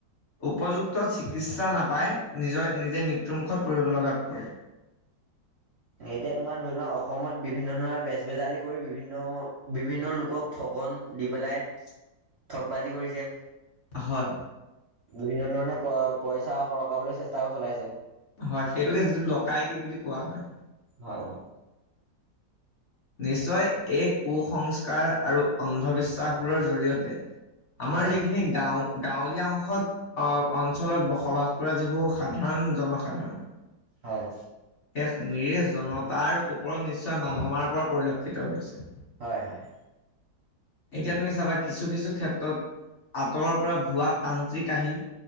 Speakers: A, on the left; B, on the right.
A: উপযুক্ত চিকিৎসা নাপাই, নিজৰ নিজে মৃত্যুমুখত পৰিব লগাত পৰে।
B: এতিয়া তোমাৰ ধৰি লোৱা, অসমত বিভিন্ন ধৰণৰ বেজ-বেজালি কৰি বিভিন্ন-বিভিন্ন লোকক ঠগন দি পেলাই ঠগ বাজি কৰিছে।
A: হয়
B: বিভিন্ন ধৰণে প পইচা সৰকাবলৈ চেষ্টা চলাইছে।
A: হয়, সেইটোকে যিটো ডকাইত বুলি কোৱা হয়।
B: হয়-হয়।
A: নিশ্চয় এক কুসস্কাৰ আৰু অন্ধবিশ্বাসবোৰৰ জৰিয়তে, আমাৰ
B: হয়।
A: যিখিনি গাঁও। গাঁৱলীয়া অংশত অহ-অঞ্চলত বসবাস কৰা যিবোৰ সাধাৰণ জনসাধাৰণ।
B: হয়।
A: এক নিৰেশ জনতাৰ ওপৰত নিশ্চয় মাধমাৰ পৰা। পৰিলক্ষিত হৈছে।
B: হয়-হয়।
A: এতিয়া তুমি চাবা কিছু-কিছু ক্ষেত্ৰত আঁতৰৰ পৰা ভুৱা তান্ত্ৰিক আহি